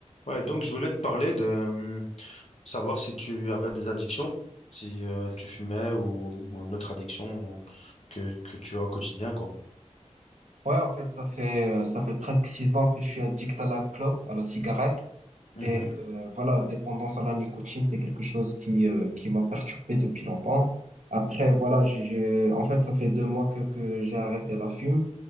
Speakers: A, on the left; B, on the right.
A: Ouais, donc je voulais te parler de euh, savoir si tu avais des addictions, si euh, tu fumais ou, ou une autre addiction que, que tu as au quotidien, quoi.
B: Ouais, en fait, ça fait, euh, ça fait presque six ans que je suis addict à la clope, à la cigarette.
A: Mhm.
B: Et euh, voilà, la dépendance à la nicotine, c'est quelque chose qui, euh, qui m'a perturbé depuis longtemps. Après, voilà, je, je- en fait, ça fait deux mois que, que j'ai arrêté la fume.